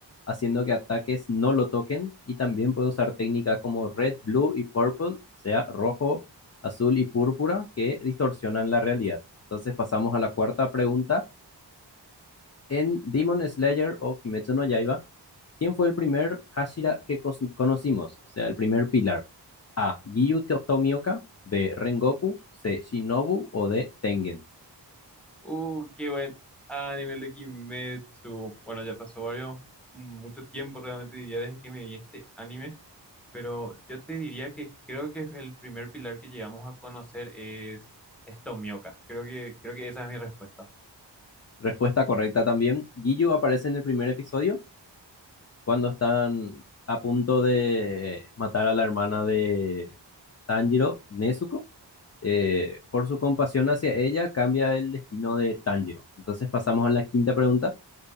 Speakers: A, on the left; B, in the centre.
A: haciendo que ataques no lo toquen, y también puede usar técnicas como red, blue y purple, o sea, rojo, azul y púrpura, que distorsionan la realidad. Entonces pasamos a la cuarta pregunta. En Demon Slayer o Kimetsu no Yaiba, ¿quién fue el primer Hashira que cos- conocimos? O sea, el primer pilar. A. Giyu To- Tomioka, B. Rengoku, C. Shinobu o D. Tengen.
B: Uh, qué buen anime el de Kimetsu. Bueno, ya pasó varios, mucho tiempo realmente diría desde que me vi este anime, pero yo te diría que creo que el primer pilar que llegamos a conocer es es Tomioka. Creo que creo que esa es mi respuesta.
A: Respuesta correcta también. Giyu aparece en el primer episodio cuando están a punto de matar a la hermana de Tanjiro, Nezuko. Eh, por su compasión hacia ella, cambia el destino de Tanjiro. Entonces pasamos a la quinta pregunta.